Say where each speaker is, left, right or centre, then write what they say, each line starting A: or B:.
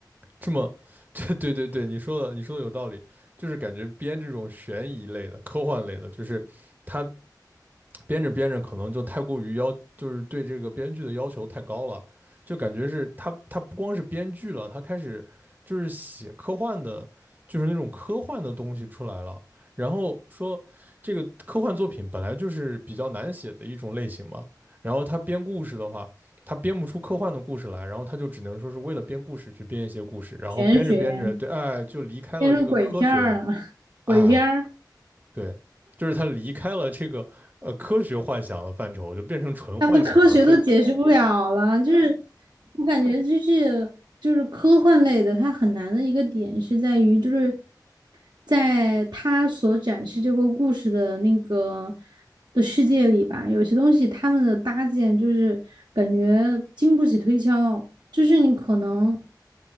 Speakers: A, on the right (about 25°); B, on the right (about 75°).
A: 这么 <laughs> 对对对，你说的你说的有道理，就是感觉编这种悬疑类的、科幻类的，就是它编着编着可能就太过于要，就是对这个编剧的要求太高了，就感觉是他他不光是编剧了，他开始就是写科幻的，就是那种科幻的东西出来了。然后说这个科幻作品本来就是比较难写的一种类型嘛，然后他编故事的话，他编不出科幻的故事来，然后他就只能说是为了编故事去编一些故事，然后编着编着，
B: 玄学
A: 对，哎，就离开了这个科学
B: 变成鬼片儿了，<laughs>
A: 啊，
B: 鬼片儿，
A: 对，就是他离开了这个呃科学幻想的范畴，就变成纯幻想了，
B: 他们的科学都解释不了了。
A: 就
B: 就是我感觉，就是就是科幻类的，它很难的一个点是在于，就是在他所展示这个故事的那个的世界里吧，有些东西他们的搭建就是感觉经不起推敲，就是你可能